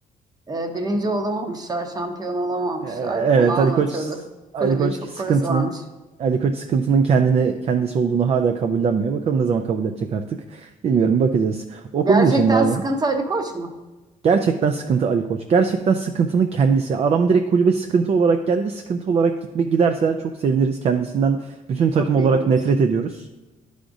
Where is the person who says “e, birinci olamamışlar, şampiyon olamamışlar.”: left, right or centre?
Right